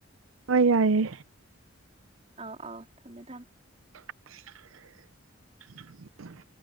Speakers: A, on the right (about 80°); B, on the right (about 30°).
A: ꯍꯣꯏ ꯌꯥꯏꯌꯦ
B: ꯑꯧ ꯑꯧ ꯊꯝꯃꯦ ꯊꯝ
A: <inaudible>